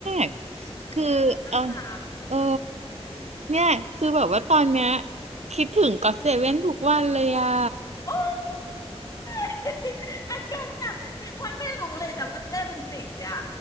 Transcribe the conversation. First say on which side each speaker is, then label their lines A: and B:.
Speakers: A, on the right; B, on the left.
A: ก
B: หน้าตาตาน่ารักอืม
A: คือเออเออเนี่ยคือแบบว่าตอนเนี้ยคิดถึงก็อตเซเว่นทุกวันเลยอะ
B: โอ้ย <laughs> อาการหนักนี่อ้วนไม่รู้เลยนะว่าเจ้เป็นติ่งเนี่ย